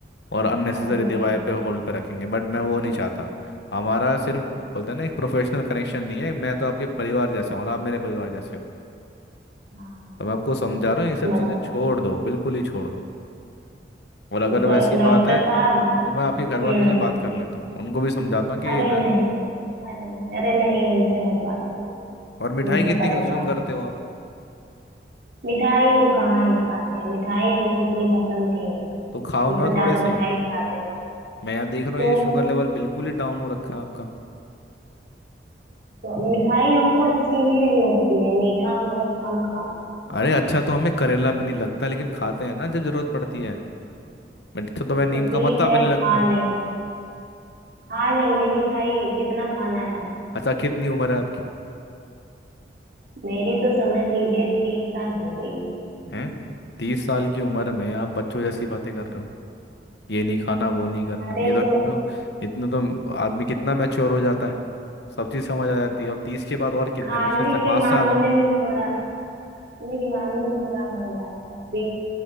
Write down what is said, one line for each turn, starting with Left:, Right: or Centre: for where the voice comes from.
Left: और अननेसेसरी
Right: अरे
Left: डिवाइस
Right: नहीं
Left: पे होल्ड पे रखेंगे बट मैं वो नहीं चाहता हमारा सिर्फ
Right: हाँ
Left: बोलते हैं ना एक प्रोफेशनल कनेक्शन नहीं है मैं तो आपके परिवार जैसे हूँ और आप मेरे परिवार जैसे हो
Right: हाँ डॉक्टर
Left: तो मैं आपको समझा
Right: साहब
Left: रहा हूँ ये सब
Right: समझ
Left: चीज़ें
Right: रहे
Left: छोड़ दो बिल्कुल ही छोड़ दो और अगर
Right: तो
Left: वैसी
Right: डॉक्टर
Left: बात है
Right: साहब
Left: तो मैं आपके घर वालों
Right: हम्म
Left: से बात कर लेता हूँ उनको भी समझाता हूँ कि ये
Right: अरे
Left: ना
Right: नहीं अरे अरे नहीं उनसे मत बात करिए
Left: और
Right: झूठे
Left: मिठाई कितनी
Right: परेशान
Left: कंज्यूम
Right: हो
Left: करते
Right: गए
Left: हो आप
Right: मिठाई तो कहाँ ही खाते हैं मिठाई हमको उतनी पसंद नहीं है
Left: तो खाओ
Right: हम
Left: ना
Right: तो ज्यादा
Left: थोड़े से
Right: मिठाई खाते हैं
Left: मैं यहाँ देख रहा
Right: क्यों
Left: हूँ ये शुगर लेवल बिल्कुल ही डाउन हो रखा है आपका
Right: तो मिठाई हमको अच्छी ही नहीं लगती है मीठा हम बहुत कम खाते हैं
Left: अरे अच्छा तो हमें करेला भी नहीं लगता लेकिन खाते हैं ना जब जरूरत पड़ती है मैं- अच्छा तो मैं नीम
Right: तो ठीक
Left: का पत्ता
Right: है
Left: भी नहीं लगता
Right: खा लेंगे खा लेंगे मिठाई कितना खाना है
Left: अच्छा कितनी उम्र है आपकी
Right: मेरी तो समझ लीजिए तीस साल हो गई है
Left: हैं तीस साल की उम्र में आप बच्चों जैसी बातें कर रहे हो ये नहीं खाना वो नहीं करना
Right: अरे
Left: ये तो
Right: तो
Left: इतने तो आदमी कितना मैच्योर हो जाता है सब चीज़ समझ आ जाती है और तीस के बाद और कितने
Right: खाने
Left: मुश्किल से पाँच
Right: के मामले
Left: साल है
Right: में थोड़ा खाने के मामले में थोड़ा हो जाता है अभी